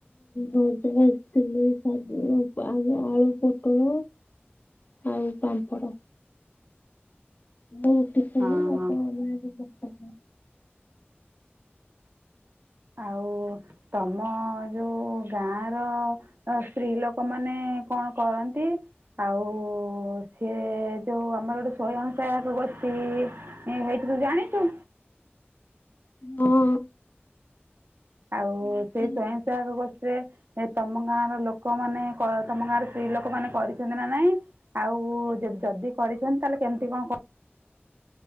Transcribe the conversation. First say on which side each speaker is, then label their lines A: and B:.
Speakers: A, on the left; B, on the right.
A: ଭଜା ଭାଜିଥିଲି ଶାଗ ଆ ଆଳୁ ପୁଟଳ। ଆଉ ପାମ୍ପଡ ମୁଁ ରୋଟି ଖାଇବି
B: ହଁ
A: ଆଉ।
B: ହଁ
A: <inaudible>
B: ଆଉ ତମ ଯୋଉଁ ଗାଁର। ଅ ସ୍ତ୍ରୀ ଲୋକମାନେ କଣ କରନ୍ତି? ଆଉ ସେ ଯୋଉ ଆମର ଗୋଟେ ସୟଂ ସହାୟକ ଗୋଷ୍ଠୀ। ଏ ହେଇଥିରୁ ଜଣିଛୁ।
A: ହଁ।
B: ଆଉ ସେଇ
A: ହଁ।
B: ସ୍ଵୟଂସହାୟକ ଗୋଷ୍ଠୀରେ। ଏ ତମ ଗାଁ ର ଲୋକମାନେ ତମ ଗାଁର ସ୍ତ୍ରୀ ଲୋକ ମାନେ କରିଛନ୍ତି ନା ନାଇଁ। ଆଉ ଯଦି କରିଛନ୍ତି ତାହେଲେ କେମିତି କଣ କ